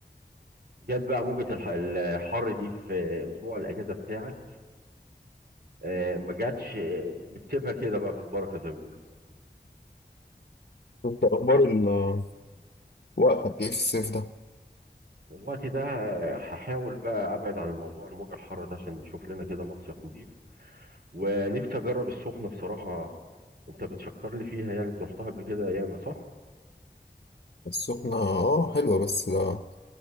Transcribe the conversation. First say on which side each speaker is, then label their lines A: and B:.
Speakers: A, on the right (about 65°); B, on the left (about 60°).
A: جت بقى موجه الح- الحر دي في اسبوع الاجازه بتاعك آه، ما جاتش آه، بتسيبها كده بقى بالبركه زي ما بيقولوا
B: انت اخبار ال- وقتك ايه في الصيف ده
A: الوقت ده آه، هحاول بقى ابعد عن الموضوع الموجه الحاره ده عشان نشوف لنا كده مصيف نضيف ونفسي اجرب السخنه بصراحه انت بتشكر لي فيها يعني انت رحتها قبل كده ياما صح
B: السخنة اه حلوة بس آه،